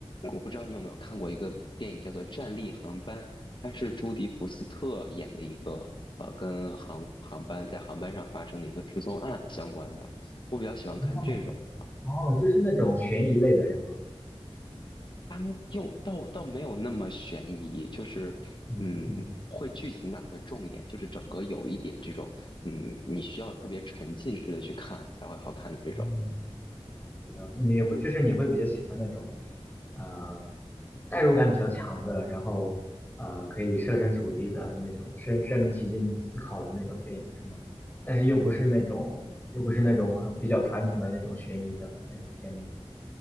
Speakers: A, on the left (about 50°); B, on the left (about 20°).
A: 我不知道你有没有看过一个电影叫做《战栗航班》，它是朱迪福斯特演的一个呃，跟航航班在航班上发生的一个失踪案相关的。我比较喜欢看这种。
B: 哦哦，就是那种悬疑类的是吗？
A: 它又倒倒没有那么悬疑，就是嗯，
B: 嗯嗯
A: 会剧情感会重一点，就是整个有一点这种嗯，你需要特别沉浸式的去看才会好看的这种。
B: 嗯，知道。你会就是你会比较喜欢那种呃代入感比较强的，然后呃可以设身处地的那种身身临其境思考的那种电影是吗？但是又不是那种又不是那种很比较传统的那种悬疑的那种片子，